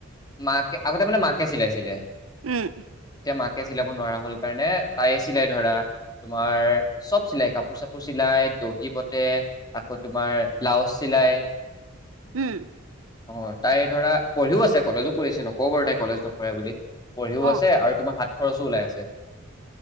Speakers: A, on the left (about 20°); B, on the right (about 70°).
A: মাকে আগতে মানে মাকে চিলাইছিলে।
B: উম
A: তেওঁ মাক এতিয়া চিলাব নোৱাৰা হল কাৰণে তাই চিলাই ধৰা তোমাৰ চব চিলাই কাপোৰ চাপোৰ চিলাই দহি বটে আকৌ তোমাৰ ব্লাউজ চিলাই,
B: উম
A: অ তাই ধৰা পঢ়িও আছে কলেজো পঢ়িছে নকওঁ বাৰু তাই কলেজ নপঢ়ে বুলি পঢ়িও
B: অ
A: আছে আৰু তোমা হাত খৰচো ওলাই আছে